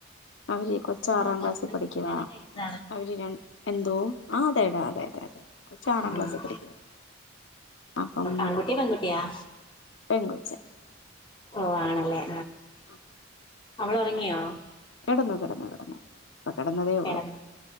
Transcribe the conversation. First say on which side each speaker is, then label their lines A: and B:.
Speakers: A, on the left; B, on the left.
A: അവര് കൊച്ച് ആറാം
B: ഓ ഹസ്ബൻഡ്
A: ക്ലാസ്സിൽ പഠിക്കുവ
B: കല്യാണം കഴിഞ്ഞതാണ്
A: അവര് ര എന്തോ ആ അതെടാ അതെ അതെ അതെ കൊച്ച് ആറാം
B: ഉം
A: ക്ലാസ്സിൽ പഠിക്കുവ അപ്പം
B: ആൺകുട്ടിയാ പെൺകുട്ടിയാ
A: പെങ്കോ ച്ചെ
B: ഓ ആണല്ലേ?
A: ആ
B: അവളോറങ്ങിയോ?
A: കെടന്നു കെടന്നു കെടന്നു. ഇപ്പ കിടന്നതേ ഉള്ളു,
B: കിടന്ന്